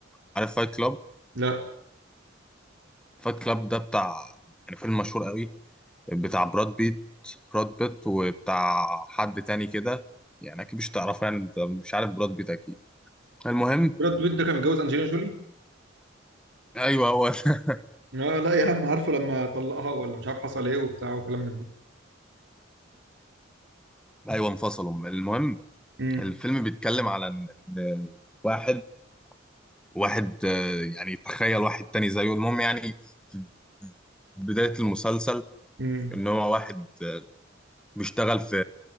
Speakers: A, in the centre; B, on the right.
A: عارف فايت كلاب
B: لا
A: فايت كلاب ده بتاع يعني فيلم مشهور قوي بتاع براد بيت براد بيت وبتاع حد تاني كده يعني اكيد مش تعرفه يعني انت مش عارف براد بيت اكيد المهم
B: براد بيت ده كان متجوز انجلينا جولي
A: ايوه هو ده.
B: اه لا يا عم عارفه لما طلقها ولا مش عارف حصل ايه وبتاع وكلام من ده
A: <laughs> ايوه انفصلوا المهم
B: امم
A: الفيلم بيتكلم على ان إن واحد واحد آه، يعني تخيل واحد تاني زيه المهم يعني في بداية المسلسل
B: امم
A: ان هو واحد بيشتغل في